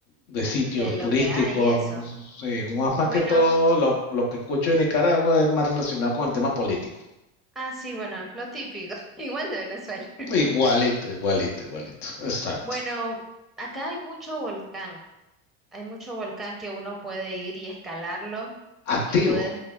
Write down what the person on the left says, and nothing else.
de sitios
turísticos,
sí, más, más
que todo lo, lo que escucho de Nicaragua es más relacionado con el tema político.
Igualito, igualito, igualito, exacto.
Activo.